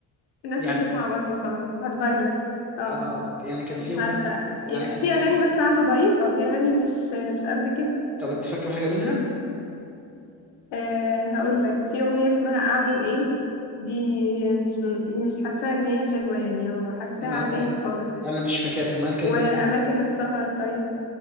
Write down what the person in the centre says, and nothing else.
يعني
اه يعني كان
في اغنيه
يعني
كان
في
طب انت فاكر حاجه منها
انا
انا مش فاكرها معنى كده
ان